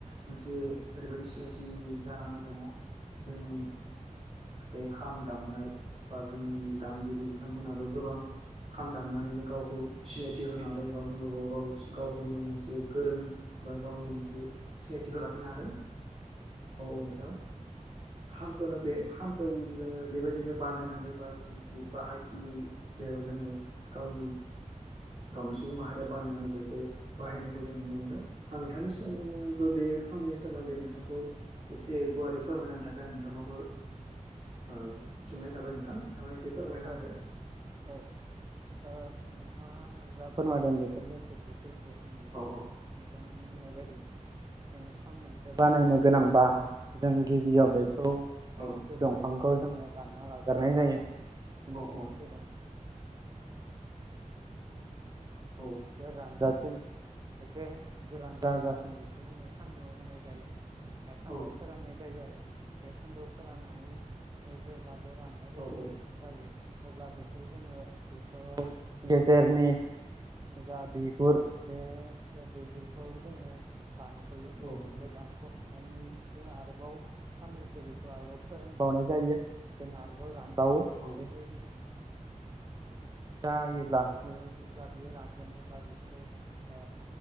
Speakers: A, on the right; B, on the right.
A: मोनसे ओरैबायदि सिनायथि जानानै दङ जोंनि बे खाम दामनाय बा जोंनि दामगिरि बिथांमोनाबो गोबां खाम दामनानैनो गावखौ सिनायथि होनो हादों बा मुलुगाव गाव गावखौनो मोनसे गोरों बा गावनो मोनसे सिनायथिखौ लाखिनो हादों औ औ नोंथां। खामखौनो बे खामखौनो जोङो बेबायदिनो बानायनानै बा जों बाहायथि जेराव जोङो गावनि गावनि सुबुं माहारिया बानायनानै बेखौ बाहायनायखौ जों नुनो मोनो। आं नोंथांनिसिबो बे खामानि सोमोन्दै नोंथांखौ एसे गुवारै फोरमायनायनि थाखाय आं नोंथांनावबो ओ सोंनाय थाबाय नोंथां नोंथाङा एसे फोरमायना
B: औ
A: होदो
B: औ औ नोंथाङा आंनो जा फोरमायदों बेफोर गासिबो सैथो नंगौ
A: औ औ
B: नोंथांनिनाय बायदिनो जों फान मोनसे बानायनो गोनांबा
A: औ
B: जों गिबियाव बेखौ
A: औ
B: फांसे दंफांखौ जों दानना लागोरनाय जायो
A: औ
B: फांसे
A: औ
B: दंफां <unintelligible> एसे गोरान जाजासिम बेखौ जोङो सान्दुंआव होनाय जायो। सान्दोआव
A: औ
B: फोराननाय जायो आरो बे सान्दोआव फोराननानै जेब्ला रान्नाय
A: औ
B: बादि
A: औ
B: अब्ला बेखौ जोङो बेखौ गेजेरनि जा बिगुर बे बिगुरखौ जोङो दान फैयो
A: नोंथां
B: बे दानखौ नानै आरोबाव साननैसो बेखौ आरोबाव फोरानबावनाय जायो जोंनो आरोबाव रान दाव
A: औ
B: ओ जायोब्ला बियो जेब्ला बियो रानगोन अब्ला बेखौ ओ